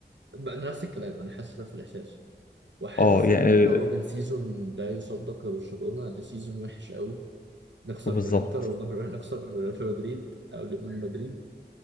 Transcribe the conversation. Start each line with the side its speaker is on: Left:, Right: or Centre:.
Right: بقى أنا نفس الكلام انا حاسس نفس الاحساس وحاسس
Left: اه يعني
Right: ان اللي هو من سيزون لا يصدق لبرشلونه لسيزون وحش قوي نخسر
Left: آه، بالظبط
Right: من انتر ونخسر في مدريد او من مدريد